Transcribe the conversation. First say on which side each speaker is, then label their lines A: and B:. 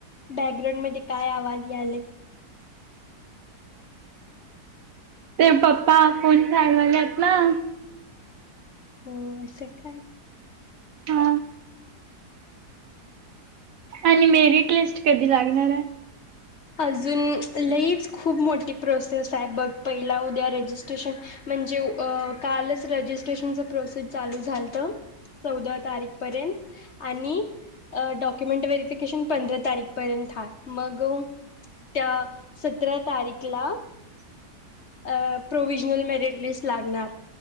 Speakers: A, on the left; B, on the right.
A: बॅकग्राऊंड मध्ये काय आवाज याले.
B: ते पप्पा फोन चालवाल्यात नवं.
A: हो असं काय?
B: हा आणि मेरिट लिस्ट कधी लागणार आहे.
A: ह.. अजून लईच खूप मोठी प्रोसेस आहे, बघ पहिला उद्या रेजिस्ट्रेशन. म्हणजे कालच रजिस्ट्रेशन प्रोसेस चालू झालत चौदा तारीख पर्यंत, आणि डॉक्युमेंट व वेरिफिकेशन पंधरा तारीख पर्यंत हा मग त्या सतरा तारीखला अ. प्रोवि्हजनल मेरिट लिस्ट लागणार.